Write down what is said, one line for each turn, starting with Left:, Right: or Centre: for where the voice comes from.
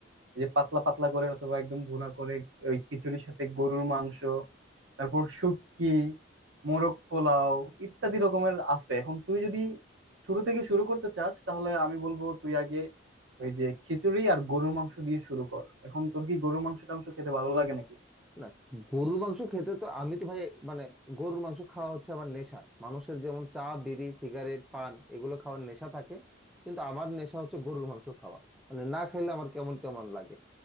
Right: এই যে পাতলা পাতলা করে অথবা একদম ভুনা করে ওই খিচুড়ির সাথে গরুর মাংস তারপর শুটকি মোরগ পোলাও ইত্যাদি রকমের আছে এখন তুই যদি শুরু থেকে শুরু করতে চাস তাহলে আমি বলবো তুই আগে ওই যে খিচুড়ি আর গরুর মাংস দিয়ে শুরু কর এখন তোর কি গরুর মাংস টাংস খেতে ভালো লাগে নাকি
Centre: না গরুর মাংস খেতে তো আমি তো ভাই মানে গরুর মাংস খাওয়া হচ্ছে আমার নেশা মানুষের যেমন চা বিড়ি সিগারেট পান এগুলো খাওয়ার নেশা থাকে কিন্তু আমার নেশা হচ্ছে গরুর মাংস খাওয়া মানে না খেলে আমার কেমন কেমন লাগে